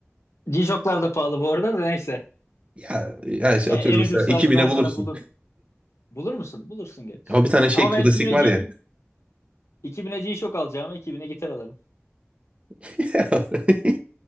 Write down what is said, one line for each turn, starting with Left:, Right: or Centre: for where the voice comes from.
Left: G-Shock'lar da pahalı bu arada da neyse.
Right: Ya, ya işte
Left: E,
Right: atıyorum
Left: en
Right: mesela
Left: ucuz saati
Right: iki bine
Left: ben
Right: bulursun.
Left: sana bulurum. Bulur musun? Bulursun gerçi.
Right: O bir tane şey
Left: Ama
Right: klasik
Left: ben 2000'e
Right: var
Left: G-
Right: ya.
Left: 2000'e G-Shock alacağım. 2000'e gitar alırım.
Right: <laughs>